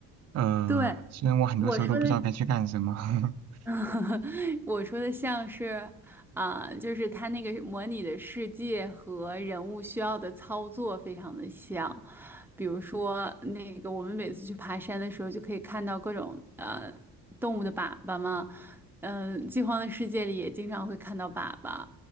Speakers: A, on the right (about 35°); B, in the centre.
A: 呃，
B: 对，
A: 虽然我很多时候都不知道该去干什么。
B: 我说的
A: <laughs>
B: <laughs> 我说的像是，啊、就是它那个模拟的世界和人物需要的操作非常的像。比如说，那个我们每次去爬山的时候，就可以看到各种呃动物的粑粑嘛。嗯、饥荒的世界里也经常会看到粑粑。